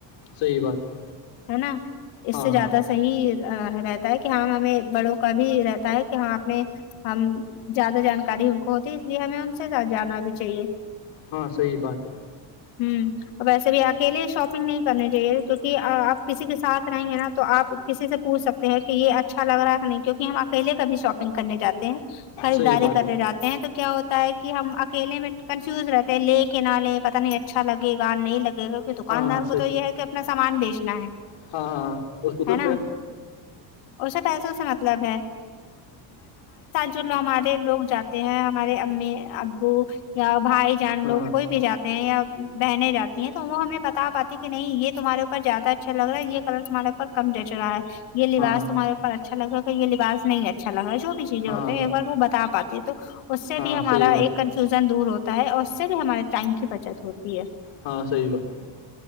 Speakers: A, on the left (about 65°); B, on the left (about 90°).
A: صحی بات ہے
B: ہے نا اس
A: ہاں
B: سے
A: ہاں
B: زیادہ
A: ہاں
B: صحیح رہتا ہے کہ ہاں ہمیں بڑوں کا بھی رہتا ہے کہ ہاں اپنے ہم زیادہ جانکاری ان کو ہوتی اس لیے ہمیں ان سے جانا بھی چاہیے
A: ہاں صحیح بات ہے
B: ہوں ویسے بھی اکیلے شاپنگ نہیں کرنی چاہیے کیونکہ آپ کسی کے سات رہیں گے نا تو آپ کسی سے پوچھ سکتے ہیں کہ یہ اچھا لگ رہا ہے کہ نہیں کیونکہ ہم اکیلے کا بھی شاپنگ کرنے جاتے خریداری
A: صحیح بات
B: کرنے
A: ہے
B: جاتے تو کیا ہوتا ہے کہ ہم اکیے میں کنفیوز رہتے ہیں لے کے نہ لے پتا نہیں اچھا لگے گاان نہیں لگےا دکاندار
A: ہاں ہاں
B: کو تو یہ ہے کہ اپنا سامان بیچنا ہے
A: ہاںاں <unintelligible> اس کو تو
B: ہے نا اسے پیسوں سے مطلب جوو ہمارے لوگ جاتے ہیں ہمارے امی ابو یا بھائی جان
A: ہاں
B: لوگ کوئی
A: ہاں
B: بھی جات یا بہنے جاتی ہیں تو وہ ہمیں بتا پاتی کہ نہیں یہ تمہارے اوپر زیادہ اچھا لگ رہا ہے یہ کلر تمہارےوپ کم جچ رہا ہے یہ لباس
A: ہاں
B: تمہارے اوپر اچھا لگ رہا ہے کہ یہ لباس نہیں اچھا لگ رہا ہے جو بھی چیزیں
A: ہاں
B: ہوتے ہیں ایک بار وہ بتا پاتی ہے تو اس سے
A: ہاں
B: بھی ہمارا
A: صحیح بات
B: ایک کنفیوژن
A: ہے
B: دور ہوتا ہے اور اس سے بھی ہمارے ٹائم کی بچت ہوتی ہے
A: ہاں صحیح بات ہے